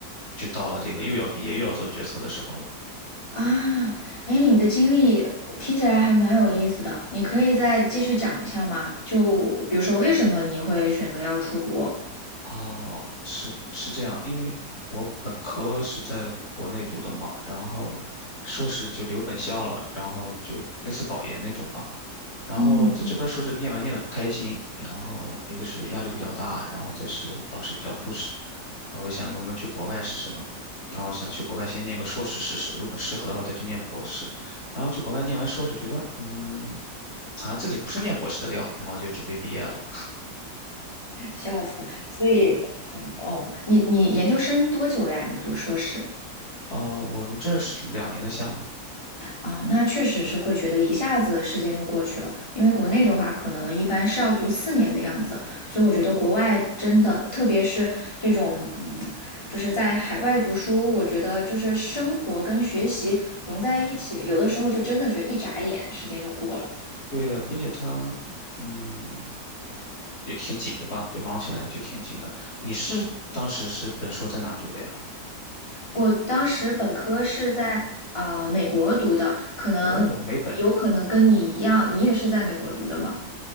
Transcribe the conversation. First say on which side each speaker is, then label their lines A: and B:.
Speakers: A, on the left; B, on the left.
A: 就到了这个又要毕业又要做决策的时候了。
B: 啊。哎，你的经历听起来还蛮有意思的，你可以再继续讲一下吗？就比如说为什么你会选择要出国？
A: 哦，是是这样，因为我本科是在国内读的嘛，然后硕士就留本校了，然后就类似保研那种吧。然后在这边硕士念完念的不开心，
B: 嗯，
A: 然后一个是压力比较大，然后再是老师比较 push，然后我就想能不能去国外试试呢？然后想去国外先念个硕士试试，如果适合的话再去念博士。然后去国外念完硕士，觉得嗯，好像自己不是念博士的料，然后就准备毕业了。
B: 笑死。所以，嗯哦，你你研究生多久呀？你读硕士？
A: 呃，我们这儿是两年的项目。
B: 啊，那确实是会觉得一下子时间就过去了，因为国内的话，可能一般是要读四年的样子，所以我觉得国外真的，特别是这种，嗯，就是在海外读书，我觉得就是生活跟学习融在一起，有的时候就真的觉得一眨眼时间就过了。
A: 对的，并且他，嗯，也挺紧的吧，就忙起来就挺紧的。你是当时是本硕在哪读的呀？
B: 我当时本科是在啊，美国读的，可能有可能跟你一样，
A: 哦，没本，
B: 你也是在美国读的吗？